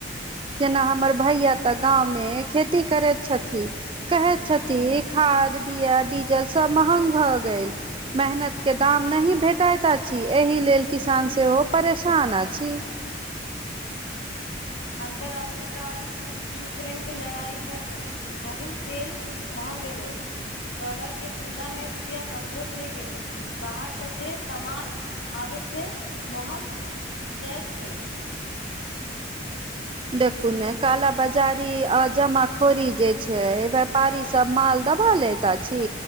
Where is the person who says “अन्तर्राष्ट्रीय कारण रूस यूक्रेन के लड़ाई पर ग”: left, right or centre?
Left